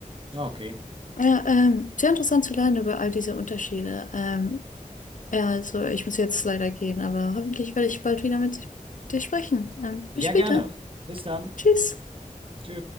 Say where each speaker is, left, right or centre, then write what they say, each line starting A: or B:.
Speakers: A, on the right; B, on the left.
A: Ja, Okay.
B: Ja, ähm, sehr interessant zu lernen über all diese Unterschiede. Ähm, Ja, also ich muss jetzt leider gehen, aber hoffentlich werde ich bald wieder mit dir sprechen. Ähm, bis
A: Ja,
B: später.
A: gerne. Bis dann.
B: Tschüss.
A: Tschö.